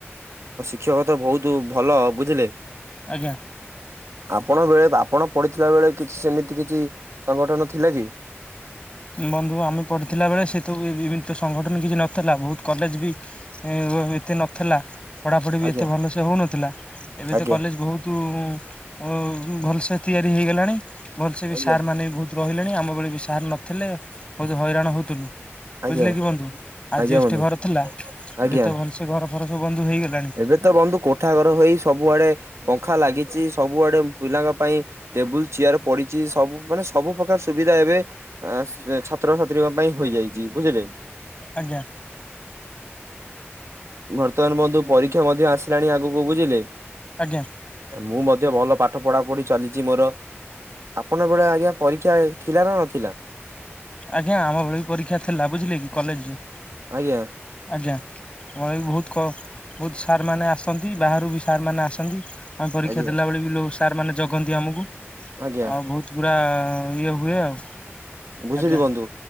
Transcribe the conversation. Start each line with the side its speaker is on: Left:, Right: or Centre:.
Right: ଶିକ୍ଷକତା ବହୁତ ଭଲ ବୁଝିଲେ
Left: ଆଜ୍ଞା।
Right: ଆପଣ ବେଳେ ଆପଣ ପଡିଥିବା ବେଳେ କିଛି ସେମିତି କିଛି ସଂଗଠନ ଥିଲା କି?
Left: ବନ୍ଧୁ ଆମେ ପଢିଥିଲା ବେଳେ ସେ ଇ ତ ସଂଗଠନ କିଛି ନଥିଲା ବହୁତ କଲେଜ ବି ଏତେ ନଥେଲା। ପଢାପଢି ବି
Right: ଆଜ୍ଞା
Left: ଏତେ ଭଲସ ହଉନଥିଲା। ଏବେ ତ
Right: ଆଜ୍ଞା
Left: କଲେଜ ବହୁତ ଅ-ଅ ଭଲସେ ତିଆରି ହେଇଗଲାଣି। ଭଲସେ ବି
Right: ଆଜ୍ଞା
Left: ସାର୍ ମାନେ ବି ବହୁତ ରହିଲେଣି। ଆମ ଭଳେ ବି ସାର୍ ନ ଥିଲେ ବହୁତ ହଇରାଣ ହଉଥିଲୁ। ବୁଝିଲେ
Right: ଆଜ୍ଞା
Left: କି ବନ୍ଧୁ। ଆଜ୍ବେଷ୍ଟ
Right: ଆଜ୍ଞା ବନ୍ଧୁ
Left: ଘର ଥିଲା। ଏବେ
Right: ଆଜ୍ଞା,
Left: ତ ଭଲସେ ଘର ଫର ସବୁ ବନ୍ଧୁ ହେଇଗଲାଣି
Right: ଏବେ ତ ବନ୍ଧୁ କୋଠା ଘର ହେଇ ସବୁଆଡେ ପଙ୍ଖା ଲାଗିଛି। ଚି ସବୁଆଡେ ପିଲାଙ୍କ ପାଇଁ ଟେବୁଲ ଚେୟାର ପଡିଛି ସବୁ ମାନେ ସବୁ ପ୍ରକାର ସୁବିଧା ଏବେ ଆ ଷ୍ଟ୍ରେ ଛାତ୍ରଛାତ୍ରୀଙ୍କ ପାଇଁ ହେଇଯାଇଛି ବୁଝିଲେ?
Left: ଆଜ୍ଞା।
Right: ବର୍ତ୍ତମାନ ବନ୍ଧୁ ପରୀକ୍ଷା ମଧ୍ୟ ଆସିଲାଣି ଆଗକୁ ବୁଝିଲେ?
Left: ଆଜ୍ଞା।
Right: ମୁଁ ମଧ୍ୟ ଭଲ ପାଠ ପଢା ପଢି ଚାଲିଛି ମୋର ଆପଣବେଳେ ଆଜ୍ଞା ପରୀକ୍ଷା ଥିଲା ନା ନଥିଲା?
Left: ଆଜ୍ଞା ଆମ ବେଳେ ବି ପରୀକ୍ଷା ଥିଲା ବୁଝିଲେ କି କଲେଜରେ
Right: ଆଜ୍ଞା।
Left: ଆଜ୍ଞା ଆମର ବି ବହୁତ କ ବହୁତ ସାରମାନେ ଆସନ୍ତି ବାହାରୁ ବି ସାରମାନେ ଆସନ୍ତି। ଆମେ ପରୀକ୍ଷା
Right: ଆଜ୍ଞା
Left: ଦେଲା ବେଳେ ବି ଲୋ ସାର୍ ମାନେ ଜଗନ୍ତି ଆମକୁ ଆଉ
Right: ଆଜ୍ଞା
Left: ବହୁତ ପୁରା ହଁ ଇଏ ହୁଏ ଆଉ।
Right: ବୁଝିଲି
Left: ଆଜ୍ଞା
Right: ବନ୍ଧୁ